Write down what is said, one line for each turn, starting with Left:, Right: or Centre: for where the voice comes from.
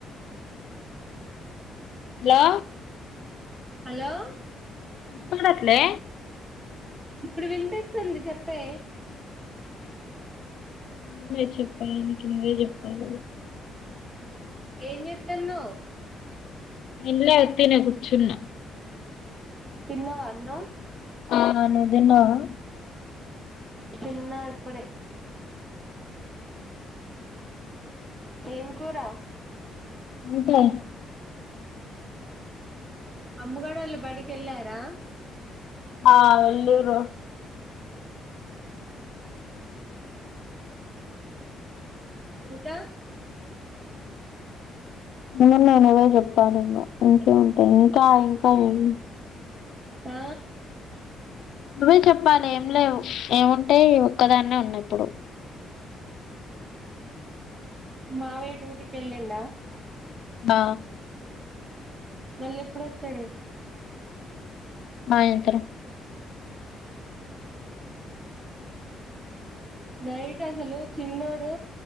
Left: హలో
Right: హలో
Left: పడట్లే
Right: ఇప్పుడు వినిపిస్తుంది చెప్పే
Left: నువే చెప్పాలి నకు నువ్వే చెప్పాలి
Right: ఏం చేతన్నావ్.
Left: ఏం లే ఉత్తినే కూర్చున్నా.
Right: తిన్నావా అన్నం
Left: ఆ నువ్వు తిన్నావా
Right: తిన్న ఇప్పుడే ఏం కూర
Left: వంకాయ
Right: అమ్ముగాడోళ్ళు బడికి ఎళ్ళారా
Left: ఆ వెళ్ళూరు
Right: ఇంకా
Left: అ నువ్వే చెప్పాలి ఇంకా ఇంకేం ఉంటాయి ఇంకా ఇంకా.
Right: ఆ
Left: నువ్వే చెప్పాలి ఏం లేవు ఏముంటే ఒక్కదాన్నే ఉన్నాయి ఇప్పుడు.
Right: మావయ్య డ్యూటీకి వెళ్ళిండ
Left: ఆ
Right: మళ్ళీ ఎప్పుడు వత్తాడు
Left: ఆ ఎంతనొ
Right: నైట్ అసలు చిన్నోడు